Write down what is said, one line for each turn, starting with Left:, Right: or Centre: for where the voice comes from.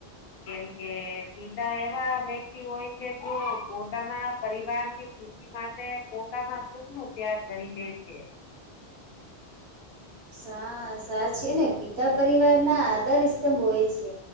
Left: કેમ કે, પિતા એવા વ્યક્તિ હોય છે જો પોતાના પરિવાર ની ખુશી માટે પોતાના સુખ નો ત્યાગ કરી દે છે.
Right: સા સાચને પિતા પરિવાર ના આધાર સ્તંભ